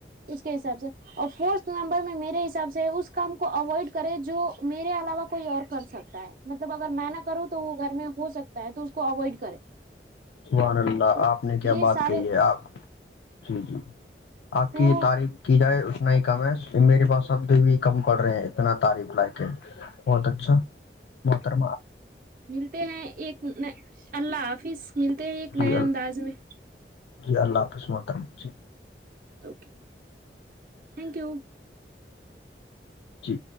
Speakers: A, on the right; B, on the left.
A: اس کے حساب سے اور فورتھ نمبر میں میرے حساب سے اس کام کو اوائڈ کرے جو میرے علاوہ کوئی اور کر سکتا ہے مطلب اگر میں نہ کروں تو وہ گھر میں ہو سکتا ہے تو کو اوائڈ کرے
B: وحدلہ
A: تو
B: آپ نے کیا
A: یہ
B: بات
A: سارے
B: کہی ہے آپ جی جی آپ
A: تو
B: کی تعریف کی جائے نا ہی کم ہے میرے پاس اب بھی بھی کم کرڑ رہے ہیں اتنا تعریف لا کے بہت اچھا محتر
A: ملتے ہیں ایک نہیں اللہ حافظ ملتے ہیں ایک
B: جی
A: نئے
B: ال-
A: انداز میں
B: جی اللہ آاپس م کررم جی
A: اوکے تھینک یو
B: جی